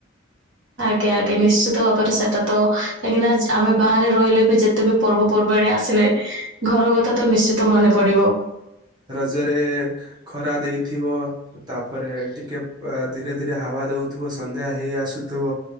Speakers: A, on the right; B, on the right.
A: ଆଜ୍ଞା ଆଜ୍ଞା, ନିଶ୍ଚିତ ଭାବରେ ସେଟା ତ କାହିଁକି ନା ଆମେ ବାହାରେ ରହିଲେ ବି ଯେତେ ବି ପର୍ବପର୍ବାଣି ଆସିଲେ ଘର କଥା ତ ନିଶ୍ଚିତ ମନେ ପ ପଡ଼ିବ।
B: ରଜରେ ଖରା ଦେଇଥିବ। ତାପରେ ଟି ଟିକେ। ଧୀରେ, ଧୀରେ ହାବା ଦଉଥିବ। ସନ୍ଧ୍ୟା ହେଇ ଆସୁଥିବ,